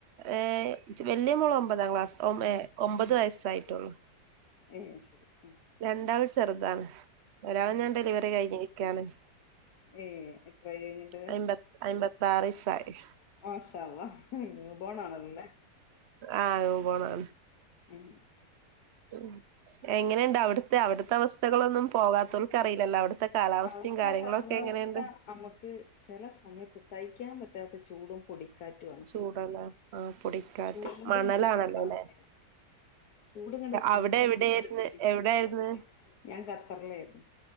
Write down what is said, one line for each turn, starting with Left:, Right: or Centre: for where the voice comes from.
Right: ഏഹ് വല്യ മോള് ഒമ്പതാം ക്ലാസ് ഏഹ് ഒമ്പത് വയസ്സായിട്ടുള്ളൂ
Left: ഏയ് അയ് ശരി ഉം
Right: രണ്ടാള് ചെറുതാണ് ഒരാള്
Left: ഉം
Right: ഞാൻ ഡെലിവറി കഴിഞ്ഞിരിക്കയാണ്
Left: ഏ എത്രായി കഴിഞ്ഞിട്ട്
Right: അയ്മ്പത്തി അയ്മ്പത്താറിസായി
Left: മാഷാ അള്ളാ ന്യൂ ബോണാണല്ലല്ലേ
Right: ആഹ് ന്യൂ ബോണാണ്
Left: ഉം
Right: ഉ എങ്ങനെയണ്ട് അവിടുത്തെ അവിടുത്തെ അവസ്ഥകളൊന്നും പോകാത്തവർക്ക് അറിയില്ലല്ലോ അവിടുത്തെ കാലാവസ്ഥയും
Left: അവിടുത്തെ
Right: കാര്യങ്ങളൊക്കെ
Left: കാലാവസ്ഥ
Right: എങ്ങനെയുണ്ട്
Left: നമ്മുക്ക് ചില സമയത്ത് സഹിക്കാൻ പറ്റാത്ത ചൂടും പൊടിക്കാറ്റും ആണ്
Right: ചൂടല്ലേ ആഹ് പൊടിക്കാറ്റ്
Left: ചൂടും
Right: മണലാണല്ലോ
Left: പൊടിക്കാറ്റും
Right: അല്ലെ
Left: ചൂട് കണ്ട് വന്നാ
Right: അവിടെ എവിടെയായിരുന്നു
Left: പിന്നെ എവിടെയാണ്
Right: എവിടൊയിരുന്ന്
Left: ഞാൻ ഖത്തറിലായിരുന്നു